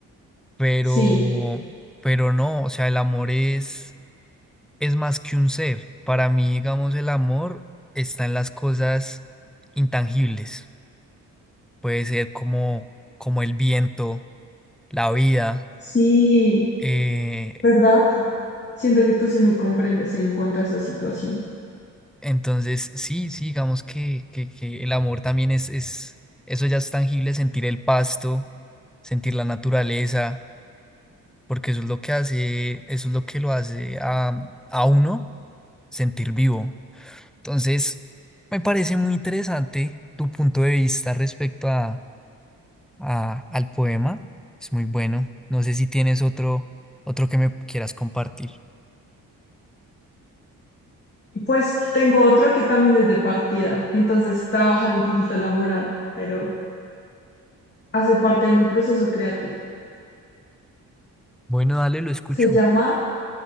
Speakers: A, in the centre; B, on the left.
A: pero,
B: Sí,
A: pero no, o sea, el amor es, es más que un ser. Para mí, digamos, el amor está en las cosas intangibles. Puede ser como, como el viento, la vida,
B: sí,
A: eh,
B: ¿verdad? Siento que tú sí me comprendes en cuanto a esa situación.
A: Entonces, sí, sí, digamos que, que, que el amor también es, es, eso ya es tangible, sentir el pasto, sentir la naturaleza, porque eso es lo que hace, eso es lo que lo hace a, a uno sentir vivo. Entonces, me parece muy interesante tu punto de vista respecto a, a- al poema. Es muy bueno. No sé si tienes otro, otro que me quieras compartir.
B: Y pues tengo otro que también es de partida, entonces trabajar un poquito la moral, pero hace parte de mi proceso creativo.
A: Bueno, dale, lo escucho.
B: Se llama